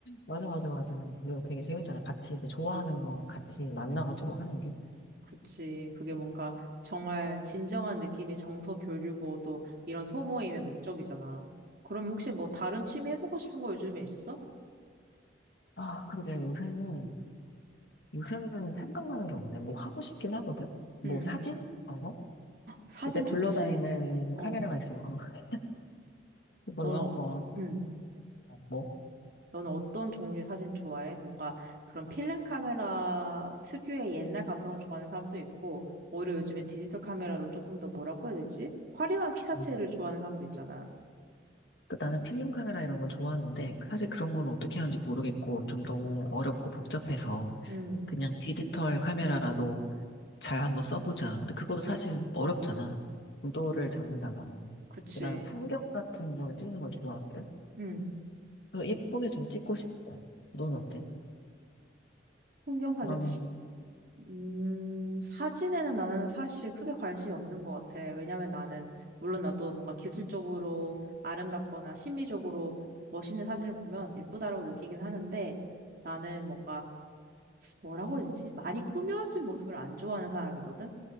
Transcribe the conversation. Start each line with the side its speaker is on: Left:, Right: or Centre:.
Left: 맞아, 맞아, 맞아. 이거 되게 재밌잖아. 같이 이제 좋아하는 거 같이 만나가지고 하는 게.
Right: 그치. 그게 뭔가 정말 진정한 느낌의 정서 교류고 또 이런 소모임의 목적이잖아. 그럼 혹시 뭐 다른 취미 해보고 싶은 거 요즘에 있어?
Left: 아, 그러게 요새는, 요새는 생각나는 게 없네. 뭐 하고 싶긴 하거든. 뭐
Right: 응.
Left: 사진? 그런 거?
Right: 사진
Left: 집에 굴러다니는
Right: 좋지. 어.
Left: 카메라가 있어서 <laughs> 그걸로
Right: 너는
Left: 한번,
Right: 어, 어, 응.
Left: 어, 뭐?
Right: 너는 어떤 종류의 사진 좋아해? 뭔가 그런 필름 카메라 특유의 옛날 감성을 좋아하는 사람도 있고, 오히려 요즘엔 디지털 카메라로 조금 더 뭐라고 해야 되지? 화려한 피사체를
Left: 음.
Right: 좋아하는 사람도 있잖아.
Left: 그 나는 필름 카메라 이런 걸 좋아하는데 사실 그런 건 어떻게 하는지 모르겠고 좀 너무 어렵고 복잡해서
Right: 음,
Left: 그냥 디지털 카메라라도 잘 한번 써보자. 근데 그것도 사실 어렵잖아. 구도를 잡는다거나.
Right: 그치.
Left: 그다음 풍경 같은 걸 찍는 걸 좋아하거든.
Right: 음,
Left: 그래서 예쁘게 좀 찍고 싶어 넌 어때?
Right: 풍경 사진.
Left: 그럼,
Right: 음, 사진에는 나는 사실 크게 관심이 없는 것 같아. 왜냐면 나는, 물론 나도 뭔가 기술적으로 아름답거나 심미적으로 멋있는 사진을 보면 예쁘다라고 느끼긴 하는데, 나는 뭔가 뭐라고 해야 되지? 많이 꾸며진 모습을 안 좋아하는 사람이거든?